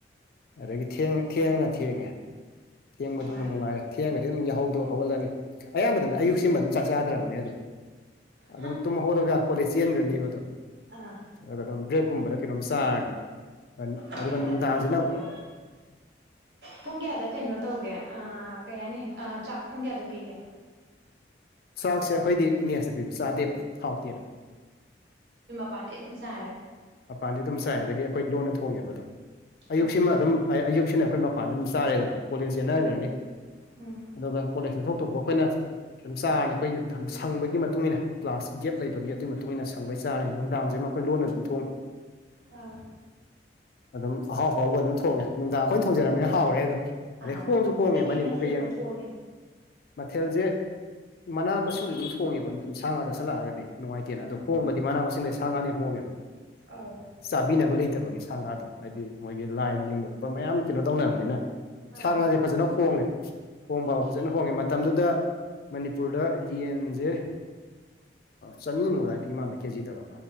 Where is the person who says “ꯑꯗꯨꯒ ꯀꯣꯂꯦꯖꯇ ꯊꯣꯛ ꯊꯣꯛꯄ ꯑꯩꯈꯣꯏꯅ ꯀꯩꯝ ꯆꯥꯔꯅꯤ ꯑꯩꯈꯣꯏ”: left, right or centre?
Left